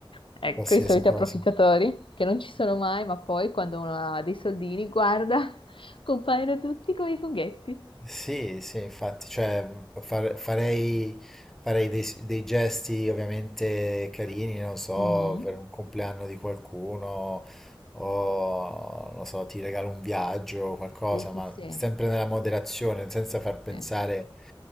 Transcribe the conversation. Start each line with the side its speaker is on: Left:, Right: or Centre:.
Left: ecco
Centre: qualsiasi
Left: i soliti
Centre: cosa.
Left: approfittatori che non ci sono mai, ma poi quando uno ha dei soldini, guarda, <laughs> compaiono tutti come i funghetti.
Centre: Sì, sì, infatti, cioè far- farei, farei dei, dei gesti ovviamente carini, non so,
Left: Mhm.
Centre: per un compleanno di qualcuno o, non so, ti regalo un viaggio o qualcosa,
Left: Sì, sì,
Centre: ma
Left: sì.
Centre: sempre nella moderazione, senza far pensare
Left: Sì.